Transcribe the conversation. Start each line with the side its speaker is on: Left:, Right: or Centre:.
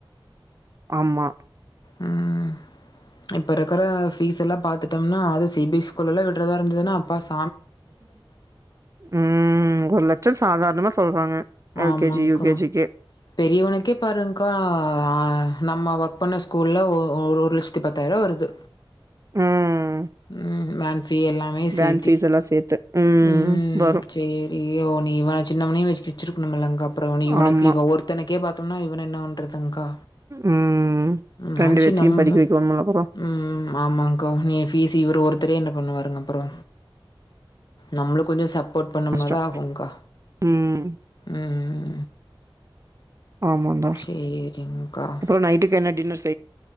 Right: ஆமா
Left: ம் இப்ப ருக்கிற ஃபீஸ் எல்லா பாத்துட்டம்னா அது சி பி எஸ் ஸ்கூல்லலா விட்றதா இருந்துதுனா <unintelligible>
Right: ஊம் ஒர் லட்சோ சாதார்ணமா சொல்றாங்க எல்
Left: ஆமாங்க்கா
Right: கே ஜி, யூ கே ஜி க்கே
Left: பெரியவ்னுக்கே பாருங்க்கா ஆ நம்ம ஒர்க் பண்ண ஸ்கூல்ல ஓ ஒர் லட்சத்தி பத்தாயிருவா வருது
Right: ம்
Left: உம் தீ எல்லாமே சேத்தி
Right: வேன் ஃபீஸ் எல்லா சேத்து ம்
Left: உம்
Right: வரு
Left: சேரி ஓ நீ சின்னமுன்னி வைஸ்க்கி சிருக்குணுமலங்ஹா அப்புறவாணி இவனுக்கு
Right: ஆமா
Left: இவா ஒருத்தனக்கே பாத் துன்னா இவன என்ன வன் <unintelligible> தன்கா
Right: ம்
Left: உம் மான்ஸி
Right: ரெண்டு பேத்தையு
Left: நம்ல
Right: படிக்க வைக்கணும்ல அப்புறோ
Left: ம் ஆமான்க்கா நீ ஃபீசி இவரு ஒரு தரே என்ன பண்ணுவாருங் அப்புறோ நம்ளு கொஞ்சு சப் போட் பண்ணும்மோது
Right: கஷ்டோ
Left: ஆகுன்க்கா
Right: ம்
Left: உம்
Right: ஆமான்டா
Left: சேரிங்க்கா
Right: அப்றோ நைட்டுக்கு என்ன டின்னர்ஸ்